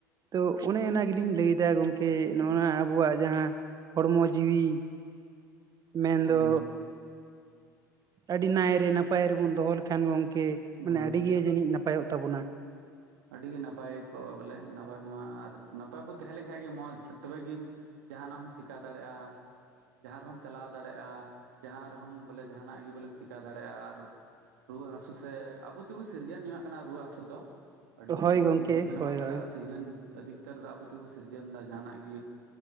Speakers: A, on the right; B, on the right.
A: ᱛᱚ ᱚᱱᱮ ᱚᱱᱟ ᱜᱮᱞᱤᱧ ᱞᱟᱹᱭᱫᱟ ᱜᱚᱝᱠᱮ ᱱᱚᱜᱼ ᱱᱚᱣᱟ ᱟᱵᱚᱣᱟᱜ ᱡᱟᱦᱟᱸ ᱦᱚᱲᱢᱚ ᱡᱤᱣᱤ ᱢᱮᱱᱫᱚ᱾
B: ᱦᱩᱸ
A: ᱟᱹᱰᱤ ᱱᱟᱭᱨᱮ ᱱᱟᱯᱟᱭ ᱨᱮᱵᱚᱱ ᱫᱚᱦᱚ ᱞᱮᱠᱷᱟᱱ ᱜᱚᱝᱠᱮ ᱢᱟᱱᱮ
B: ᱫᱚᱦᱚ
A: ᱟᱹᱰᱤ ᱜᱮ ᱡᱟᱹᱱᱤᱡ ᱱᱟᱯᱟᱭᱚᱜ ᱛᱟᱵᱚᱱᱟ᱾
B: ᱟᱹᱰᱤᱜᱮ ᱱᱟᱯᱟᱭ ᱠᱚᱜ ᱵᱚᱞᱮ ᱱᱟᱯᱟᱭ ᱢᱟ ᱟᱨ ᱱᱟᱯᱟᱭ ᱵᱚ ᱛᱟᱦᱮᱸ ᱞᱮᱱ ᱠᱷᱟᱱᱡ ᱜᱮ ᱢᱚᱸᱡᱽ ᱛᱚᱵᱮᱜᱮ ᱡᱟᱦᱟᱱᱟᱜ ᱦᱚᱢ ᱪᱤᱠᱟ ᱫᱟᱲᱮᱭᱟᱜᱼᱟ ᱡᱟᱦᱟᱸ ᱨᱮᱦᱚᱢ ᱪᱟᱞᱟᱣ ᱫᱟᱲᱮᱼᱟ᱾ ᱡᱟᱦᱟᱸ ᱨᱮᱦᱚᱸᱚᱢ ᱵᱚᱞᱮ ᱡᱟᱦᱟᱱᱟᱜ ᱜᱮ ᱵᱚᱞᱮᱢ ᱪᱤᱠᱠᱟᱹ ᱫᱟᱲᱮᱭᱟᱜᱼᱟ ᱟᱨ ᱨᱩᱣᱟᱹ ᱦᱟᱹᱥᱳ ᱥᱮ ᱟᱵᱚ ᱛᱮᱵᱚ ᱥᱤᱨᱡᱚᱱ ᱟᱜ ᱠᱟᱱᱟ ᱨᱩᱣᱟᱹ ᱦᱟᱹᱥᱩ ᱫᱚ᱾ ᱟᱹᱰᱤ
A: ᱦᱳᱭ
B: ᱠᱚᱢ
A: ᱜᱚᱝᱠᱮ
B: ᱜᱮ ᱦᱩᱭᱩᱜ ᱠᱟᱱᱟ
A: ᱦᱳᱭ
B: ᱵᱟᱝᱠᱟᱱ
A: ᱦᱳᱭ
B: ᱫᱚ ᱥᱤᱨᱡᱚᱱ ᱟᱹᱫᱷᱤᱠᱛᱟᱹᱨ ᱫᱚ ᱟᱵᱚ ᱛᱮᱵᱚᱱ ᱥᱤᱨᱡᱚᱱ ᱫᱟ ᱡᱟᱦᱟᱸᱱᱟᱜ ᱜᱮ᱾